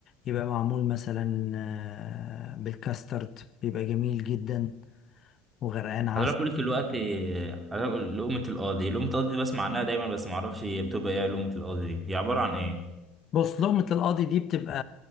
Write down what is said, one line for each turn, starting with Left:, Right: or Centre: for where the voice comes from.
Left: يبقى معمول مثلا آه بالكاسترد بيبقى جميل جدا وغرقان عسل
Right: حضرتك قلت دلوقتي حضرتك قلت لقمه القاضي لقمه القاضي دي بسمع عنها دايما بس ما اعرفش هي بتبقى ايه لقمه القاضي دي هي عباره عن ايه
Left: بص لقمة القاضي دي بتبقى